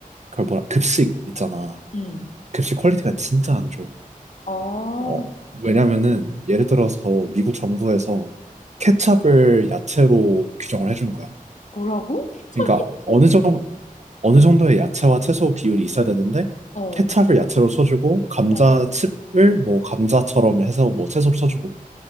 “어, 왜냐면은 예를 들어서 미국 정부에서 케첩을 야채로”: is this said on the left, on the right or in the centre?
Right